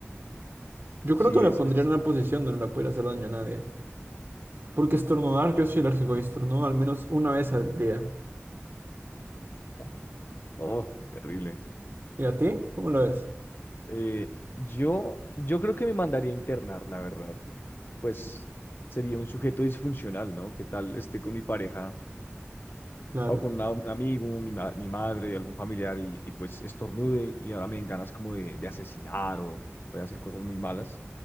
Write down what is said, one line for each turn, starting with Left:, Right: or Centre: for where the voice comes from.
Right: Yo
Left: Sí,
Right: creo que me
Left: es,
Right: pondría
Left: es así.
Right: en una posición donde no le pudiera hacer daño a nadie. Porque estornudar, yo soy alérgico y estornudo al menos una vez al día.
Left: <laughs> Oh, terrible.
Right: ¿Y a ti? ¿Cómo lo ves?
Left: Eh, yo, yo creo que me mandaría a internar, la verdad. Pues sería un sujeto disfuncional, ¿no? ¿Qué tal esté con mi pareja?
Right: Claro.
Left: o con una- un amigo, mi, ma- mi madre, algún familiar, y, y pues estornude y ahora me den ganas como de, de asesinar o, o de hacer cosas muy malas,